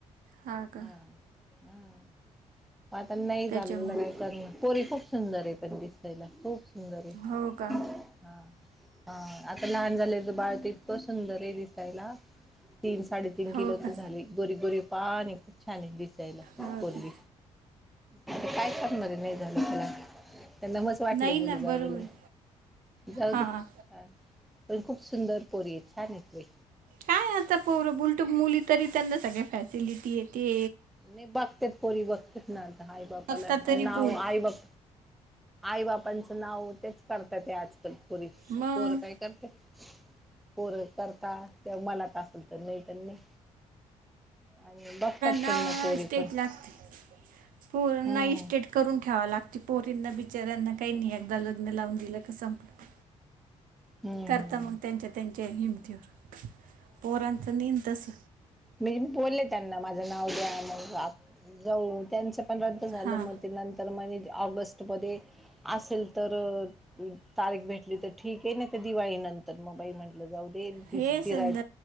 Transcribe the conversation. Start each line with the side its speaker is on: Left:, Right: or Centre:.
Right: हां का
Centre: ह हा आता लई
Right: त्याच्यामुळं
Centre: झाल. पण पोरी खूप सुंदर आहे पण दिसायला खूप सुंदर आहे
Right: हो का
Centre: हा हा आता लहान झालेलं बाळ तर इतकं सुंदर आहे दिसायला तीन साडे तीन किलो
Right: हो
Centre: तर
Right: का
Centre: झाली गोरी गोरी पान आहे खूप छान आहे दिसायला
Right: हो
Centre: पोरगी.
Right: का
Centre: आता काय करणारे नाही झालं त्याला त्यांना मस वाटल
Right: नाही
Centre: मुलगा
Right: ना बरोबर
Centre: होईल. जाऊ
Right: हां
Centre: दे ह पण खूप सुंदर पोरी येत. छान आहे.
Right: काय आता पोर उलट मुली तरी त्यांना सगळ्या फॅसिलिटी येते.
Centre: नाही बघते पोरी बघत ना आता आई बापाला
Right: बघता तरी
Centre: नाव
Right: पोरी
Centre: आई बाप आई बापांचं नाव तेच करतात आजकाल पोरी
Right: मग
Centre: पोर काय करते. पोर करता ते मनात असेल तर नाही तर नाही. आणि बघतात
Right: न
Centre: पण ना पोरी
Right: स्टेट
Centre: पण
Right: लागते पोर
Centre: हम्म
Right: नाई स्टेट करून ठेवा लागती पोरींना बिचऱ्यांना काही नाही एकदा लग्न लावून दिलं का संपलं
Centre: हम्म
Right: करता मग त्यांच्या त्यांच्या हिमतीवर पोरांचं नही ना तस.
Centre: म्हणजे मी बोलले त्यांना माझं नाव द्या मग जाऊ त्यांच पंधरात पण झालं
Right: हां
Centre: मग ते नंतर मही ऑगस्टमध्ये असेल तर तारीख भेटली तर ठीक आहे ना ते दिवाळी नंतर मग बाई म्हण जाऊ दे <unintelligible>
Right: हे संद